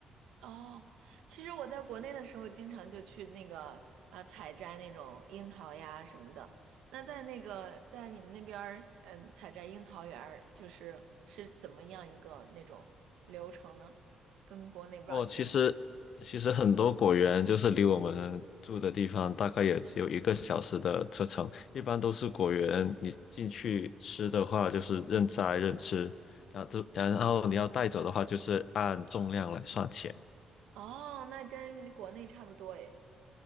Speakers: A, on the right (about 85°); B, on the left (about 60°).
A: 哦，其实我在国内的时候，经常就去那个啊、采摘那种樱桃呀什么的。那在那个在你们那边儿，嗯，采摘樱桃园儿就是是怎么样一个那种流程呢？跟国内不知道一样。
B: 哦，其实其实很多果园就是离我们住的地方大概也只有一个小时的车程，一般都是果园，你进去吃的话就是任摘任吃，然后就然后你要带走的话就是按重量来算钱。
A: 哦，那跟国内差不多诶。